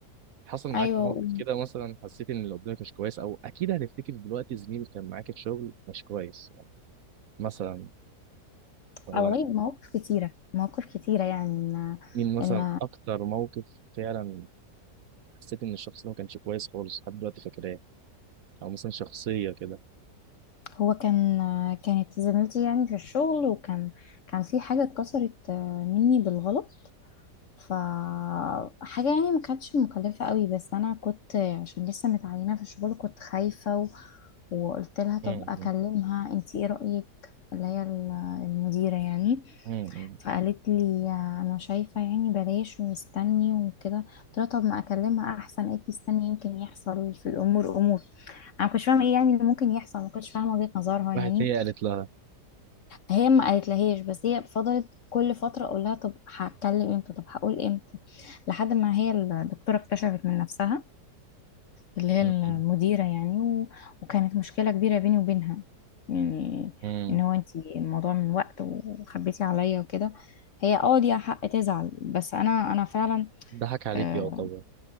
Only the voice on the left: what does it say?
ايوه
و-
آه والله مواقف كتيرة مواقف كتيرة يعني ان
ان
هو كان كانت زميلتي يعني في الشغل وكان كان في حاجة اتكسرت آه، مني بالغلط فحاجة يعني ما كانتش مكلفة قوي بس أنا كنت عشان لسه متعينة في الشغل كنت خايفة و... وقلت لها طب
أكلمها أنتي إيه رأيك اللي هي ال- المديرة يعني
فقالت لي أنا شايفة يعني بلاش ومستني وكده قلت لها طب ما أكلمها أحسن أكيد استني يمكن يحصل في الأمور أمور أنا ما كنتش فاهمة إيه يعني اللي ممكن يحصل ما كنتش فاهمة وجهة نظرها يعني
هي ما قالتلهاش بس هي فضلت كل فترة اقول لها طب هتكلم امتى طب هقول امتى لحد ما هي الدكتورة اكتشفت من نفسها اللي هي
المديرة يعني و... وكانت مشكلة كبيرة بيني وبينها يعني
ان هو انتي الموضوع من وقت وخبيتي عليا وكده هي اه ليها حق تزعل بس انا انا فعلا
اه